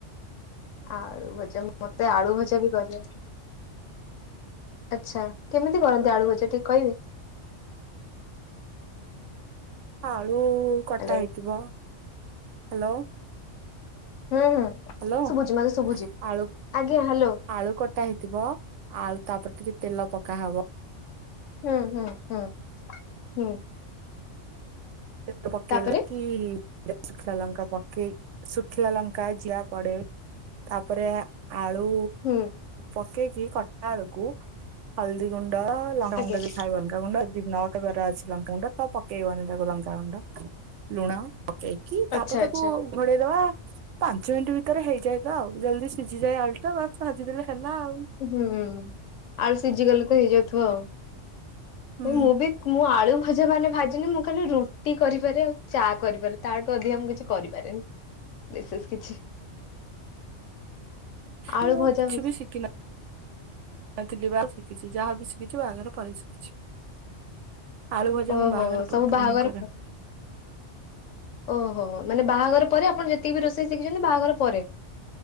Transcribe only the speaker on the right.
ଆଳୁ କଟା
ହେଇଥିବ ହାଲୋ?
ହାଲୋ
ଆଳୁ
ଆଳୁ କଟା ହେଇଥିବ ଆଳୁ ତାପରେ ଟିକେ ତେଲ ପକା ହବ।
ତେଲ ପକେଇଲ
କି? ଶୁଖିଲା ଲଙ୍କା ପକେଇ ଶୁଖିଲା ଲଙ୍କା ଜିଆ ପଡେ ତାପରେ ଆଳୁ
ପକେଇକି କଟା ଆଳକୁ ହଳଦୀ ଗୁଣ୍ଡ ଲଙ୍କାଗୁଣ୍ଡ
<inaudible> ଅଛି ଲଙ୍କାଗୁଣ୍ଡ ତା ପକେଇବନି ତାକୁ ଲଙ୍କ ଲଙ୍କା ଗୁଣ୍ଡଲୁଣ ପକେଇକି
ତାପରେ
ତାକୁ ଘୋଡେଇଦବା। ପାଞ୍ଚ ମିନିଟ୍ ଭିତରେ ହେଇଯାଏ ତ ଆଉ ଜଲ୍ଦି ସିଝିଯାଏ ଆଳୁ ଟା ବାସ୍ ଭାଜିଦେଲେ ହେଲା ଆଉ।
ହୁଁ
ମୁଁ ଆଉ
କିଛି
ବି ଶିଖି ନା ନଥିଲି ବା ଶିଖିଚି ଯାହାବି ଶିଖିଚି ବାହା ଘର ପରେ ଶିଖିଚି। ଆଳୁ ଭଜା
ମୁଁ ବାହାଘର
ପୂର୍ବରୁ
ହିଁ କରେ।